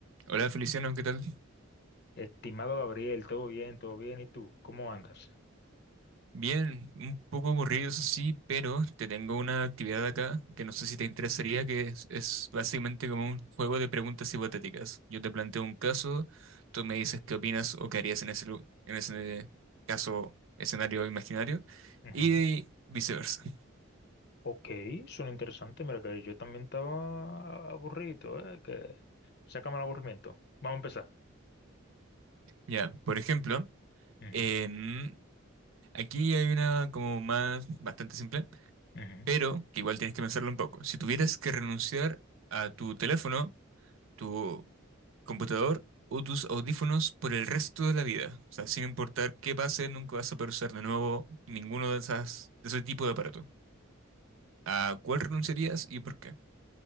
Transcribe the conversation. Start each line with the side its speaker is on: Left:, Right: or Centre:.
Right: Hola Feliciano, ¿qué tal?
Left: Estimado Gabriel, todo bien, todo bien. ¿Y tú? ¿Cómo andas?
Right: Bien, un poco aburrido eso sí, pero te tengo una actividad acá que no sé si te interesaría, que es, es básicamente como un juego de preguntas hipotéticas. Yo te planteo un caso, tú me dices qué opinas o qué harías en ese, lu- en ese caso, escenario imaginario,
Left: Ujú.
Right: y viceversa.
Left: Ok, suena interesante. Mira que yo también estaba aburrido, ¿eh? Que sácame el aburrimiento. Vamos a empezar.
Right: Ya, por ejemplo,
Left: Ujú,
Right: em, aquí hay una como más bastante simple,
Left: ujú.
Right: pero que igual tienes que pensarlo un poco. Si tuvieras que renunciar a tu teléfono, tu computador o tus audífonos por el resto de la vida. O sea, sin importar qué pase, nunca vas a poder usar de nuevo ninguno de esas, de ese tipo de aparato. ¿A cuál renunciarías y por qué?